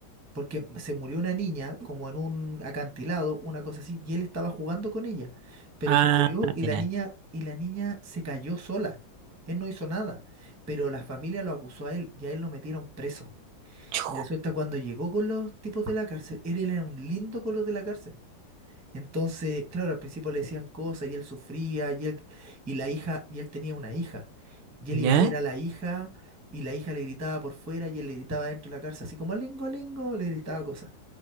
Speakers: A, on the right (about 20°); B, on the right (about 90°).
A: porque se murió una niña como en un acantilado, una cosa así, y él estaba jugando con ella, pero
B: Ah,
A: se murió y
B: ya.
A: la niña y la niña se cayó sola. Él no hizo nada, pero la familia lo acusó a él y a él lo metieron preso.
B: Chu,
A: Y resulta cuando llegó con los tipos de la cárcel, él era un lindo con los de la cárcel. Entonces, claro, al principio le decían cosas y él sufría y él- y la hija y él tenía una hija. Y él
B: ¿Ya?
A: iba a ver a la hija y la hija le gritaba por fuera y él le gritaba dentro de la cárcel, así como lingo, lingo, le gritaba cosas.